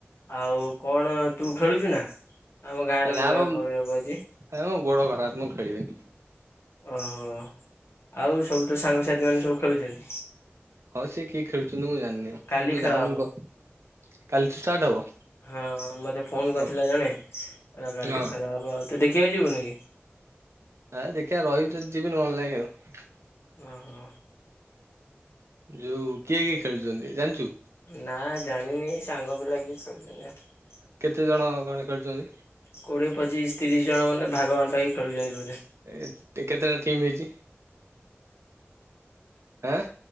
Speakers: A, on the left; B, on the right.
A: ଆଉ କଣ ତୁ ଖେଳୁଚୁ ନା? ଆମ ଗାଁରେ
B: ଏ ନା
A: ମୁଁ କାଳେ
B: ବ
A: ଖବରକୁ ଅଛି
B: ଏ ମୋ ଗୋଡ ଖରାପ ମୁଁ ଖେଳିବିନି।
A: ଓହୋ ଆଉ ସବୁ ତୋ ସାଙ୍ଗସାଥି ମାନେ ସବୁ ଖେଳୁଛନ୍ତି।
B: ହଁ ସିଏ କିଏ ଖେଳୁଛନ୍ତି ମୁଁ ଜାଣିନି ଆଉ
A: କାଲି
B: ମୁଁ ତ
A: ଖେଳ
B: ଯାଉନି
A: ହବ
B: କହ କାଲିଠୁ ଷ୍ଟାର୍ଟ ହବ?
A: ହଁ ମତେ ଫୋନ କରିଥିଲା
B: ଓ
A: ଜଣେ କାଲିଠୁ
B: ହଁ
A: ଆଉ ତୁ ଦେଖ କିଏ ଯିବନ କି
B: ଆ ଦେଖିବା ରହିବି ଯଦି ଯିବି ନ ହେଲେ ନାଇ ଆଉ।
A: ଓ ହୋ।
B: ଯଉ କିଏ କିଏ ଖେଳୁଛନ୍ତି ଜାଣିଛୁ?
A: ନା ଜାଣିନି ସାଙ୍ଗଟେ ଲାଗିଥ ଜ <unintelligible>
B: କେତେ ଜଣ କଣ ଖେଳୁଛନ୍ତି।
A: କୋଡ଼ିଏ ପଚିଶ ତିରିଶ ଜଣ ମାନେ ଭାଗ ବାଣ୍ଟ ହେଇ ଖେଳୁଛନ୍ତି ବୋଧେ।
B: ଏ କେତେଟା ଟିମ୍ ହେଇଛି? ଆଁ